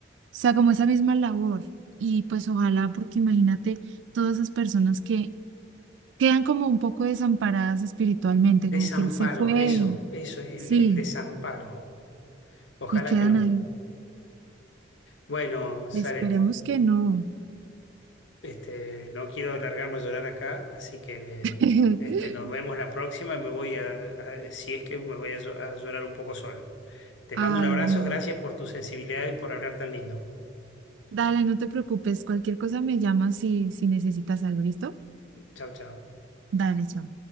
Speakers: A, on the right; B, on the left.
A: sea, como esa misma labor. Y pues ojalá, porque imagínate todas esas personas que quedan como un poco desamparadas espiritualmente,
B: Desamparo,
A: como que él se fue,
B: eso, eso es el
A: sí,
B: el desamparo. Ojalá
A: y quedan
B: que no.
A: ahí.
B: Bueno, Saret,
A: Esperemos que no.
B: este, no quiero largarme a llorar acá, así que me-
A: <laughs>
B: este, nos vemos la próxima y me voy a, a- si es que me voy a, llo- a llorar un poco solo. Te
A: Ay,
B: mando un abrazo,
A: no.
B: gracias por tu sensibilidad y por hablar tan lindo.
A: Dale, no te preocupes, cualquier cosa me llamas si, si necesitas algo, ¿listo?
B: Chao, chao.
A: Dale, chao.